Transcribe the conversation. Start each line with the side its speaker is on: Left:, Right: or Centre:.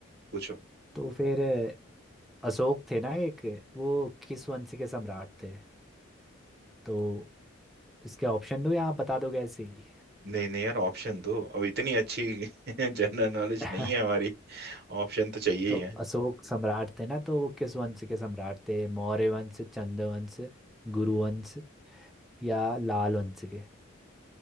Right: पूछो
Centre: तो फिर अशोक थे ना एक वो किस वंश के सम्राट थे तो इसके ऑप्शन दो या आप बता दोगे ऐसे ही
Right: नहीं नहीं यार ऑप्शन दो अब इतनी अच्छी <laughs> जनरल नॉलेज
Centre: <laughs>
Right: नहीं है हमारी ऑप्शन तो चाहिए
Centre: तो
Right: ही है
Centre: अशोक सम्राट थे ना तो वो किस वंश के सम्राट थे मौर्य वंश चंद वंश गुरु वंश या लाल वंश के